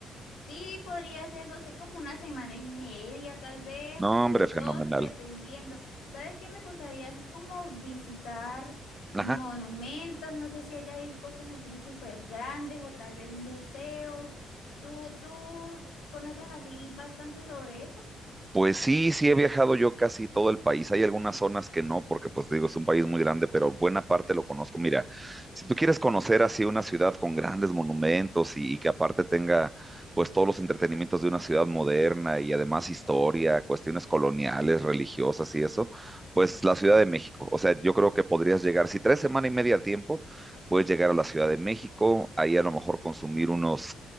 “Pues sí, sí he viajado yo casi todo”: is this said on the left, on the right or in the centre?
Right